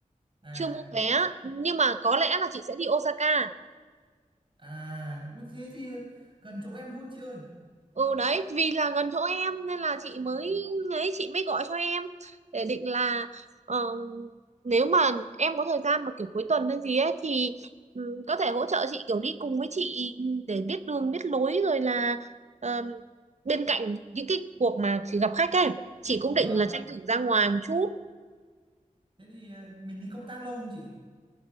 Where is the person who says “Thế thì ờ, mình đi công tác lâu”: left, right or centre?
Right